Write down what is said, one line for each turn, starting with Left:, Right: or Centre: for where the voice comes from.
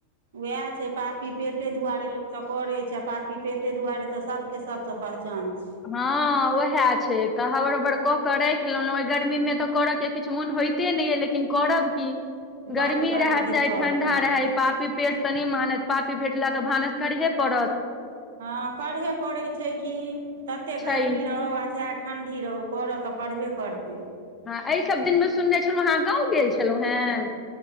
Right: उएह छै पापी पेटे दुआरे लोक तऽ करै छै, आ पापी पेटे दुआरे त सभ के सब सँ पहचान छै।
Left: हँ उएह छै तऽ हबड़ हबड़ कऽ कऽ राइख लेलहुँ ओहि गर्मी मे तऽ करऽ के किछ मोन होइत ते नहि अइ, लेकिन करब की गरमी
Right: बड्ड बड्ड
Left: रहे
Right: दिक्कत
Left: चाहे ठंडा रहय पाप पापी पेट तऽ नहि मानत पापी पेट लए तऽ भानस करहे पड़त।
Right: हँ करहे पड़ैत छै कि, तते
Left: छै
Right: गर्मी रहौ आ चाहे ठंढ़ी रहौ करऽ तऽ पड़बे करतै।
Left: हँ एहि सभ दिन मे सुनने छलहुँ हे अहाँ गाँव गेल छलहुँ हेँ।